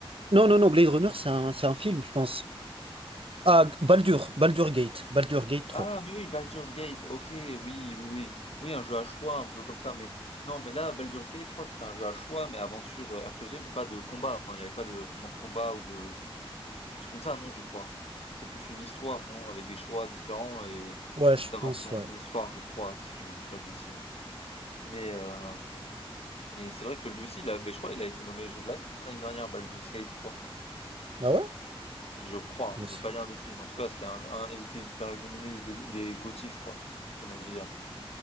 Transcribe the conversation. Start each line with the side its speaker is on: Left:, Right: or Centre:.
Right: Non, non, non, Blade Runner, c'est un, c'est un film, je pense. Ah, Baldur, Baldur Gate, Baldur Gate trois
Left: Ah, mais oui, Baldur's Gate, ok, oui, oui, oui. Oui, un jeu à choix, un peu comme ça, mais non, mais là, Baldur's Gate, je crois que c'était un jeu à choix, mais aventure euh, RPG, mais pas de combat. Enfin, il n'y avait pas de, réellement de combat ou de, de trucs comme ça, non, je crois. C'est plus une histoire, non, avec des choix différents et
Right: Ouais,
Left: et
Right: je
Left: t'avances
Right: pense,
Left: sur
Right: ouais.
Left: ton histoire, je crois, si je dis pas de bêtises. Mais euh, mais c'est vrai que lui aussi, là, ben, je crois, il a été nommé jeu de l'année, non, l'année dernière, Baldur's Gate 3.
Right: Ah ouais?
Left: Je crois,
Right: Je
Left: je
Right: sais.
Left: veux pas dire de bêtises, mais en tout cas, c'était un, un- il était dans les nominés des, des GOTY, je crois. Comment dire.